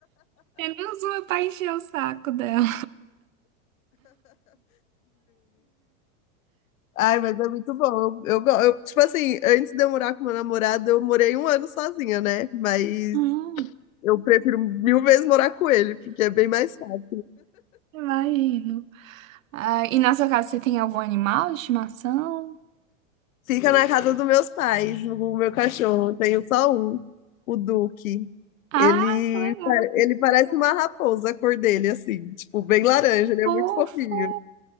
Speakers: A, on the right; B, on the left.
A: Menos uma pra encher o saco dela.
B: Ai, mas é muito bom. Eu, go- eu, tipo assim, antes de eu morar com meu namorado, eu morei um ano sozinha, né? Mas
A: Hum,
B: eu prefiro mil vezes morar com ele, porque é bem mais fácil.
A: vai indo. Ah, e na sua casa você tem algum animal de estimação?
B: Fica na casa dos meus pais, o meu cachorro. Eu tenho só um, o Duque.
A: Ah,
B: Ele,
A: que legal.
B: pare- ele parece uma raposa, a cor dele, assim, tipo, bem laranja. Ele
A: Fofo.
B: é muito fofinho,